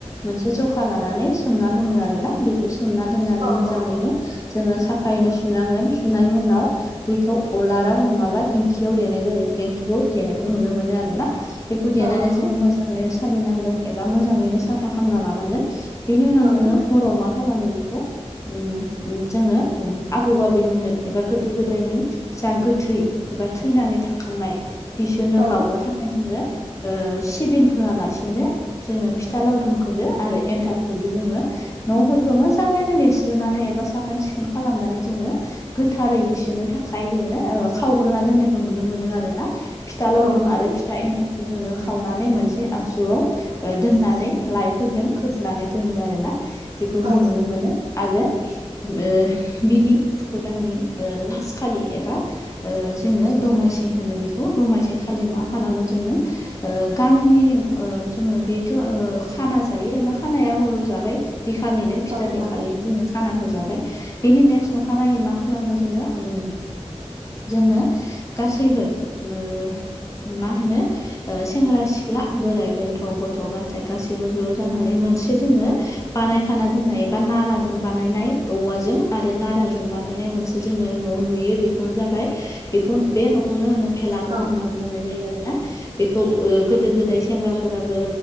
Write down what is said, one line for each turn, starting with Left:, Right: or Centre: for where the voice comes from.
Left: मोनसे जखा लानानै सोमना दोनो आरो ना बि खौ सोमना दोननानै
Right: औ
Left: मोजाङैनो
Right: औ
Left: जोङो साफायैनो सुनांगोन सुनायनि उनाव बेखौ अलाराव नङाबा दिंखियाव देनाय जायो दिंखिखौ देनायखौ नुनो मोनो आरो ना। बेखौ देनानै
Right: औ नंगौ
Left: जोङो मोजाङैनो सालिनांगोन एबा मोजाङैनो साफा खामना लानांगोन। बेनि उनाव
Right: औ
Left: जोङो हराव मा खालामो बेखौ ओम ओम जोङो ओम आबौ आबैमोननो एबा गोदो गोदायनि जा गोथै एबा थैनानै थांखांनाय बिसोरनो
Right: औ
Left: बाउनो थाखाय जोङो ओ सिबिं होआलासेनो जोङो फिथा लावदुम खोदो आरो एनथाब खोदो जोङो न'फोरखौ मोजाङैनो लिरस्रोनानै एबा साखोन सिखोन खालामनानै जोङो गोथारै बिसोरनो थाखाय जोङो ओ खावग्रोना दोननायखौ नुनो मोनो आरोना फि था
Right: औ
Left: लावदुम
Right: नंगौ
Left: आरो
Right: औ नंगौ औ
Left: फिथा एन्थाबखौ जोङो खावनानै मोनसे आगजुआव ओ दोननानै लाइ फोरदों खोबनानै दोनो आरो ना बिखौ
Right: औ
Left: जों नुनो मोनो। आरो ओ बिनि फुखो दाननि ओ लास खालि एबा ओ जोङो दमासि होनो बेखौ दमासि खालि मा खालामो जोङो ओ गामिनि ओ जोङो बिथो ओ खाना जायो एबा खानाया हराव जाबाय बिखालिनो फिथा
Right: नंगौ
Left: देखालिनो जोङो खाना खो जाबाय बेनि नेक्स्ट अखानायनायै मा खालामो जोङो ओम जोङो गासैबो ओ मा होनो ओ सेंग्रा सिख्ला बोराइ बेन्थ' गथ' गथाय गासैबो ज' ज' जानानै मोनसे जोङो बानायखाना दोननाय एबा नाराजों बानायनाय औवाजों आरो नाराजों बानायनाय मोनसे जोङो न'आव लुयो बेखौनो जाबाय बेखौ बे न'खौनो होनो फेला न'
Right: औ
Left: होनना बुंनाय जायो आरो ना बेखौ ओ गोदो गोदाय सेंग्राफोराबो